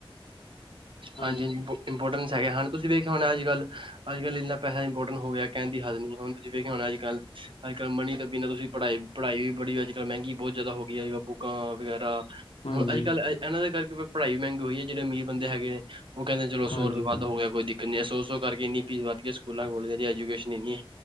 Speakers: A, on the left; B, on the right.
A: ਹਾਂਜੀ
B: ਹਾਂਜੀ-ਹਾਂਜੀ
A: ਹਾਂਜੀ
B: ਇੰਪ ਇੰਪੋਰਟੈਂਸ ਹੈਗੇ ਹ ਤੁਸੀਂ ਵੇਖਿਆ ਹੋਣਾ ਅੱਜ ਕੱਲ੍ਹ। ਅੱਜ ਕੱਲ ਇੰਨਾ ਪੈਸ ਇੰਪੋਟਨ ਹੋ ਗਿਆ ਕਹਿਣ ਦੀ ਹੱਦ ਨਈ ਹੁਣ ਤੁਸੀਂ ਵੇਖਿਆ ਹੋਣਾ ਅੱਜ ਕੱਲ ਅੱਜ-ਕੱਲ ਮਨੀ ਤੋ ਅੱਗੇ ਜ ਤੁਸੀਂ ਪੜ੍ਹਾਈ-ਪੜ੍ਹਾਈ ਵੀ ਬੜੀ ਅੱਜ ਕੱਲ੍ਹ ਮੈਂਗੀ ਬੋਤ ਜਾਦਾ ਹੋ ਗੀਆ ਬੁੱਕਾਂ ਵਗੈਰਾ।
A: ਹਾਂਜੀ
B: ਹੁਣ ਅੱਜ ਕੱਲ੍ਹ ਐ ਐਨਾਂ ਦੇ ਕਰਕੇ ਪੜਾਈ ਵੀ ਮੈਂਗੀ ਹੋਈ ਐ। ਜੇੜ੍ਹੇ ਅਮੀਰ ਬੰਦੇ ਹੈਗੇ ਨੇ ਓ ਕੈਂਦੇ ਚਲੋ
A: ਹਾਂਜੀ
B: ਸੌ ਰੁਪਏ ਵੱਧ ਹੋ ਗਿਆ ਕੋਈ ਦਿ ਸੌ-ਸੌੋ ਕਰਕੇ ਇੰਨੀ ਫੀਸ ਵਧ ਗਈ ਐ ਸਕੂਲਾਂ ਕੋਲਜਾਂ ਦੀ ਐਜੂਕੇਸ਼ਨ ਇੰਨੀ